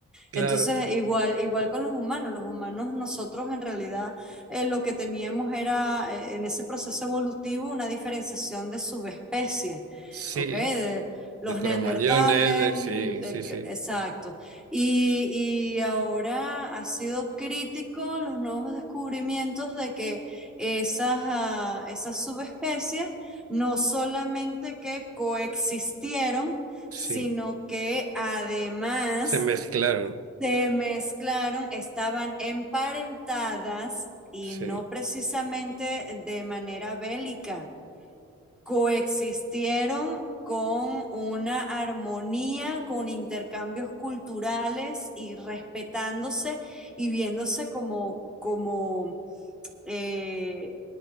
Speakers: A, on the right (about 50°); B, in the centre.
A: Claro,
B: Entonces, igual, igual con los humanos, los humanos nosotros en realidad eh, lo que teníamos era eh, en ese proceso evolutivo una diferenciación de subespecies,
A: sí,
B: ¿ok? De los
A: de cromañones,
B: neandertales,
A: de- sí,
B: l-
A: sí,
B: que-
A: sí,
B: exacto. Y, y ahora ha sido crítico los nuevos descubrimientos de que esas, ah, esas subespecies no solamente que coexistieron,
A: sí,
B: sino que además
A: se mezclaron,
B: se mezclaron, estaban emparentadas y
A: sí,
B: no precisamente de manera bélica. Coexistieron con una armonía, con intercambios culturales y respetándose y viéndose como, como eh,